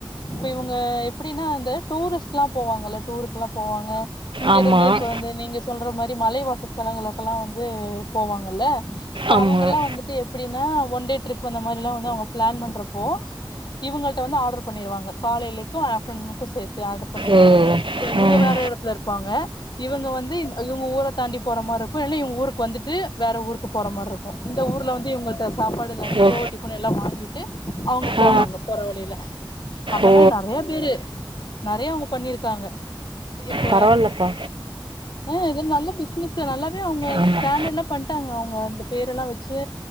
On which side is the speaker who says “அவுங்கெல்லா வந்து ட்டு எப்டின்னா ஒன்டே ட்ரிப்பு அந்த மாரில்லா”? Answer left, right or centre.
Left